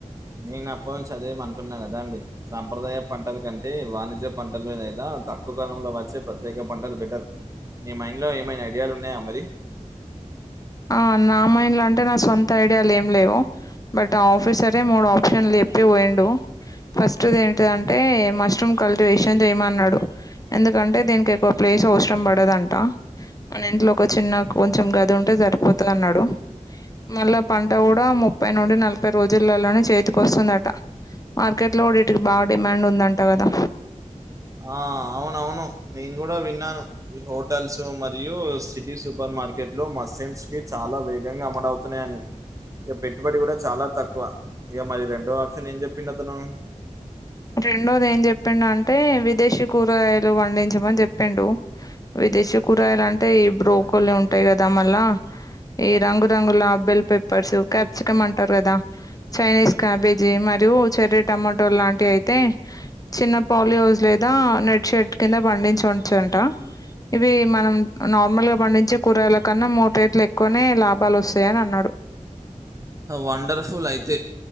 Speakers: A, on the right; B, on the left.
A: నేనుప్ప చది అంటున్నా కదా అండి సాంప్రదాయ పంటల కంటే వాణిజ్య పంటలు లేదా తక్కువ కాలంలో వచ్చే ప్రత్యేక పంటలు బెటర్ నీ మైండ్ లో ఏమైనా ఐడియాలు ఉన్నాయా మరి ఆ
B: ఆ నామాయిన్ల అంటే నా సొంత ఐడియాలు ఏం లేవు బట్ ఆ ఆఫీసరే మూడు ఆప్షన్లు చెప్పి పోయిండు ఫస్ట్ ది ఏంటంటే మష్రూమ్ కల్టివేషన్ చేయమన్నాడు ఎందుకంటే దీనికి ఎక్కువ పలే అవసరం పడదంట ఇంట్లో ఒక చిన్న కొంచెం గది ఉంటే జరి పోతన అన్నాడు మళ్ళా పంట కూడా ముప్పై నుండి నలభై రోజులల్లోనే చేతికి వస్తుందంట మార్కెట్లో లోడిటికి బా డిమాండ్ ఉందంట కదా
A: ఎ ఆ అవునవును నేను కూడా విన్నాను హోటల్స్ మరియు సిటీ సూపర్ మార్కెట్ లో మసమ్స్ కి చాలా వేగంగా అమ్ముడ అవుతున్నాయని ఇగ పెట్టుబడి కూడా చాలా తక్కువ ఇగ మరి రెండో ఆప్షన్ ఏం చెప్పింది అతను
B: రెండోది ఏం చెప్పిండు అంటే విదేశీ కూరగాయలు పండించమని చెప్పిండు విదేశీ కూరగాయలు అంటే బ్రోకలే ఉంటాయి కదా మళ్ళా ఈ రంగురంగుల బెల్ పప్పర్స్ క్యాప్సికం అంటారు కదా చైనీస్ క్యాబేజీ మరియు చెర్రీ టమాటో లాంటి అయితే చిన్న పోలియోస్ లేదా నెట్ షెట్ కింద పండించ ఉచ్చుంట ఇవి మనం నార్మల్ గా పండించే కూరగాయల కన్నా మూట రేట్లు ఎక్కువనే లాభాలు వస్తాయని అన్నాడు
A: వండర్ఫుల్ అయితే